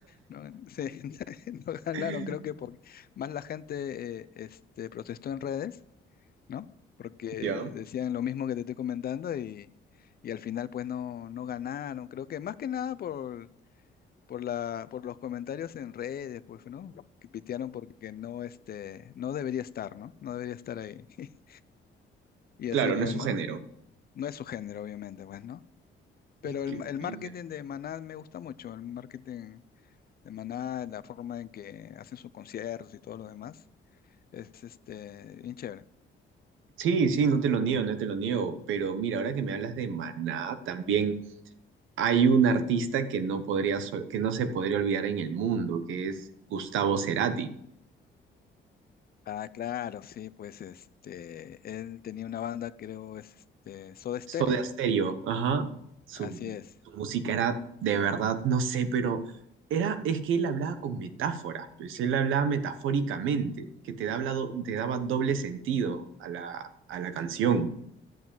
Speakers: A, on the left (about 50°); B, on the right (about 85°).
A: No, sí, <laughs> no ganaron,
B: <laughs>
A: creo que porque más la gente eh, este, protestó en redes, ¿no? Porque
B: Ya,
A: decían lo mismo que te estoy comentando y, y al final, pues, no, no ganaron. Creo que más que nada por por la, por los comentarios en redes, pues, ¿no? Que pitearon porque no, este, no debería estar, ¿no? No debería estar ahí. <laughs> Y
B: claro,
A: así, pues,
B: no es su
A: ¿no?
B: género.
A: No es su género, obviamente, pues, ¿no? Pero el,
B: Qué
A: el
B: buena.
A: marketing de Maná me gusta mucho, el marketing de Maná, la forma en que hacen sus conciertos y todo lo demás, es, este, bien chévere.
B: Sí, sí, no te lo niego, no te lo niego. Pero mira, ahora que me hablas de Maná, también hay un artista que no podría, sol- que no se podría olvidar en el mundo, que es Gustavo Cerati.
A: Ah, claro, sí, pues, este, él tenía una banda, creo, es, este, Soda Stereo,
B: Soda Stereo, ajá. Su,
A: así es.
B: su música era de verdad, no sé, pero era, es que él hablaba con metáforas, pues él hablaba metafóricamente, que te daba, do- te daba doble sentido a la, a la canción.